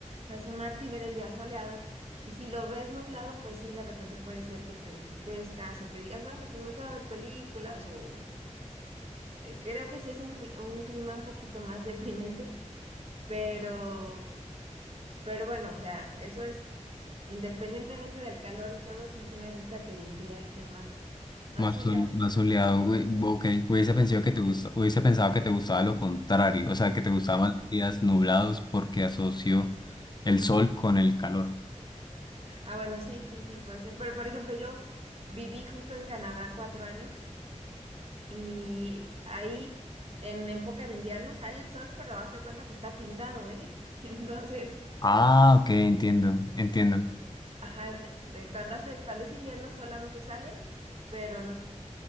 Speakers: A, on the right; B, on the left.
A: asomarte y ver el día soleado. Y si lo ves nublado, pues sí, de repente puede ser que te entristezcas o que digas, bueno, pues me quedo a ver películas o eh, creo que sí es un, cli- un clima un poquito más deprimente. Pero, pero bueno, o sea, eso es independientemente del calor y todo, sí, sí me gusta que el día esté más, más
B: más,
A: soleado.
B: sol- más soleado, Ue- ok, hubiese pensado que te gusta, hubiese pensado que te gustaba lo contrario, o sea, que te gustaban más los días nublados porque asocio el sol con el calor.
A: Ah, bueno, sí, sí, sí, puede ser. Pero por ejemplo, yo viví justo en Canadá cuatro años y ahí en época de invierno sale el sol, pero hazte cuenta que está pintado, ¿eh? <laughs> Entonces,
B: Ah, ok, entiendo, entiendo.
A: ajá, de cuando hace, cuando es invierno solamente sale, pero